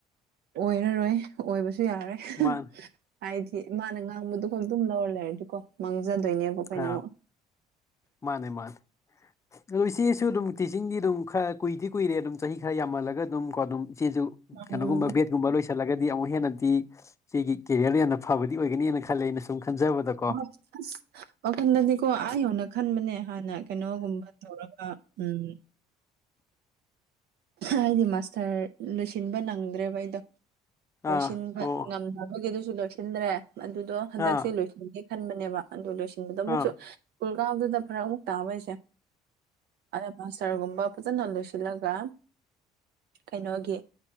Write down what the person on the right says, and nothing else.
ꯑꯣꯏꯔꯔꯣꯏ ꯑꯣꯏꯕꯁꯨ ꯌꯥꯔꯦ
ꯍꯥꯏꯗꯤ ꯃꯥꯅ ꯉꯥꯡꯕꯗꯨ ꯈꯛ ꯑꯗꯨꯝ ꯂꯧꯔ ꯂꯩꯔꯗꯤꯀꯣ ꯃꯥꯡꯖꯗꯣꯏꯅꯦꯕ ꯑꯩꯈꯣꯏꯅ
ꯑꯃꯨꯛ
ꯎꯝ
ꯍꯣꯏ ꯑꯁ ꯋꯥꯈꯟꯗꯗꯤꯀꯣ ꯑꯥ ꯌꯧꯅ ꯈꯟꯕꯅꯦ ꯍꯥꯟꯅ ꯀꯩꯅꯣꯒꯨꯝꯕ ꯇꯧꯔꯒ ꯎꯝ ꯍꯥꯏꯗꯤ ꯃꯥꯁꯇꯔ ꯂꯣꯏꯁꯤꯟꯕ ꯅꯪꯗ꯭ꯔꯦꯕ ꯑꯩꯗꯣ ꯂꯣꯏꯁꯤꯟꯕ
ꯉꯝ ꯕꯒꯤ ꯑꯗꯨꯁꯨ ꯂꯣꯏꯁꯤꯟꯗ꯭ꯔꯦ ꯑꯗꯨꯗꯣ ꯍꯟꯗꯛꯁꯦ
ꯂꯣꯏꯁꯤꯟ ꯈꯟꯕꯅꯦꯕ ꯑꯗꯨ ꯂꯣꯏꯁꯤꯟꯕꯗ ꯑꯃꯨꯛꯁꯨ
ꯁ꯭ꯀꯨꯜ ꯀꯥꯕꯗꯨꯗ ꯐꯔ ꯑꯃꯨꯛ ꯇꯥꯕꯩꯁꯦ ꯑꯗ ꯃꯥꯁꯇꯔꯒꯨꯝꯕ ꯐꯖꯅ ꯂꯣꯏꯁꯤꯜꯂꯒ ꯀꯩꯅꯣꯒꯤ